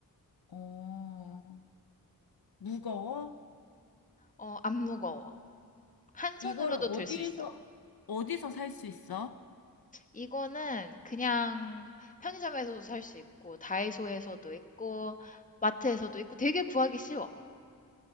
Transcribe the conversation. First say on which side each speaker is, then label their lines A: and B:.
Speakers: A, on the left; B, on the left.
A: 어, 무거워?
B: 어, 안 무거워. 한
A: 이거를
B: 손으로도
A: 어디서,
B: 들 수 있어.
A: 어디서 살 수 있어?
B: 이거는 그냥 편의점에서도 살 수 있고, 다이소에서도 있고, 마트에서도 있고, 되게 구하기 쉬워.